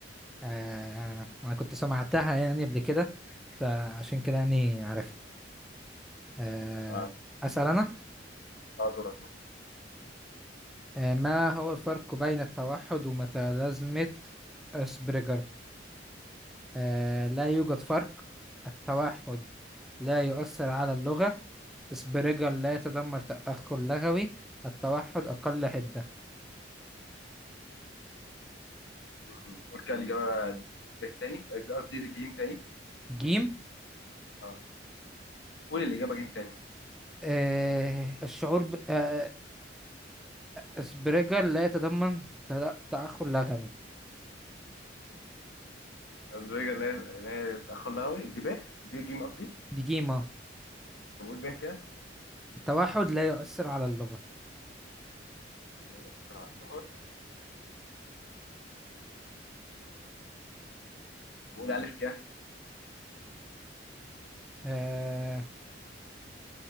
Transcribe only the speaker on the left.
اه
آه، دورك
مم. قول كده الإجابة ب تاني قصدي جيم تاني
اه قول الإجابة جيم تاني
أزبيجا اللي هي اللي هي تأخر لغوي دي ب دي جيم قصدي
طب قول ب كده
أيوة، بسرعة اللغة قول ألف كده